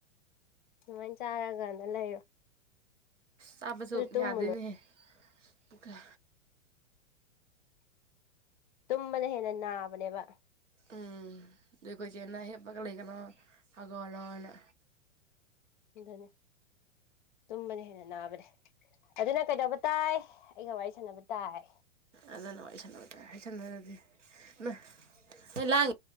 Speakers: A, on the left; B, on the right.
A: ꯅꯨꯉꯦꯏꯅ ꯆꯥꯔꯒꯥꯅꯦ ꯂꯩꯌꯨ
B: ꯆꯥꯕꯁꯨ
A: ꯇꯨꯝꯃꯨꯅꯨ
B: ꯌꯥꯗꯦꯍꯦꯅꯦ ꯄꯨꯛꯇ
A: ꯇꯨꯝꯕꯅ ꯍꯦꯟꯅ ꯅꯥꯕꯅꯦꯕ
B: ꯎꯝ ꯗꯨꯢ ꯈꯣꯏ ꯆꯦꯅꯥ ꯍꯤꯞꯄꯒ ꯂꯩꯒꯅꯣ ꯍꯧꯒꯠꯂꯣꯅ
A: ꯑꯗꯨꯅꯤ ꯇꯨꯝꯕꯅ ꯍꯦꯟꯅ ꯅꯥꯕꯅꯤ ꯑꯗꯨꯅ ꯀꯩꯗꯧꯕ ꯇꯥꯏ ꯑꯩꯒ ꯋꯥꯔꯤ ꯁꯥꯟꯅꯕ ꯇꯥꯏ
B: ꯑꯗꯨꯅ ꯋꯥꯔꯤ ꯁꯥꯅꯕ ꯇꯥꯏ ꯍꯥꯥꯏꯁꯟꯅꯔꯗꯤ <unintelligible> ꯂꯥꯡ